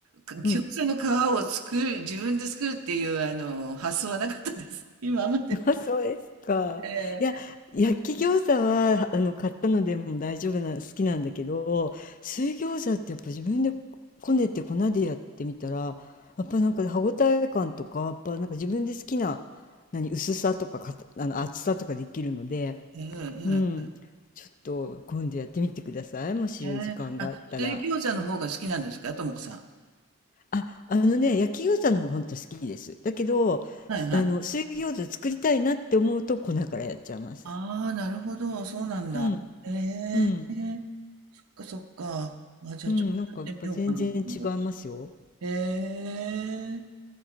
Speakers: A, on the right; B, on the left.
A: か餃子の皮を作る、
B: うん
A: 自分で作るっていうあの発想はなかったです。<laughs> 今まで。
B: <laughs> そうですか。
A: ええ、
B: いや、焼き餃子はあの買ったのでも大丈夫な、好きなんだけど、水餃子ってやっぱ自分でこねて粉でやってみたら、やっぱなんか歯ごたえ感とか、やっぱなんか自分で好きな、何、薄さとか、かた、あの厚さとかできるので、
A: ええ、
B: うん、
A: ええ、
B: ちょっと今度やってみてください。もし時間があったら。
A: ええあ、水餃子の方が好きなんですか、ともこさん。
B: あ、あのね、焼き餃子の方が本当好きです。だけど、
A: はいはい。
B: あの、水餃子作りたいなって思うと粉からやっちゃいます。
A: ああ、なるほど、そうなんだ。
B: うん、
A: ええ、
B: うん、
A: そっかそっか。あ、じゃあちょっとやってみようかな、
B: うん、なんかやっぱ全然違いますよ。
A: 今度。ええ、